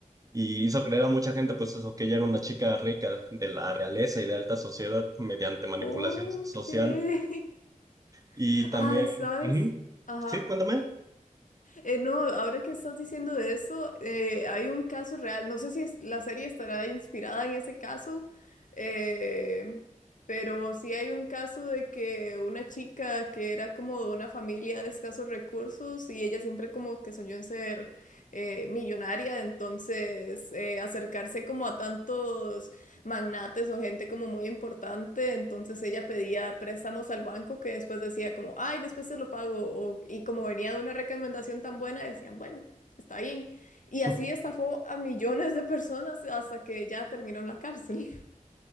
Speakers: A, on the right (about 25°); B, on the left (about 65°).
A: y hizo creer a mucha gente, pues eso, que ella era una chica rica de la realeza y de alta sociedad mediante manipulación
B: Ok.
A: social.
B: <laughs>
A: Y también...
B: Ay, ¿sabes?
A: Ujú.
B: Ajá.
A: Sí, cuéntame.
B: Eh, no, ahora que estás diciendo de eso, eh, hay un caso real. No sé si es- la serie estará inspirada en ese caso, eh, pero sí hay un caso de que una chica que era como de una familia de escasos recursos y ella siempre como que soñó en ser eh, millonaria, entonces eh, acercarse como a tantos magnates o gente como muy importante, entonces ella pedía préstamos al banco que después decía como, ay, después se lo pago, o- y como venía de una recomendación tan buena, decían, bueno, está bien. Y así
A: <laughs>
B: estafó a millones de personas hasta que ya terminó en la cárcel. <laughs>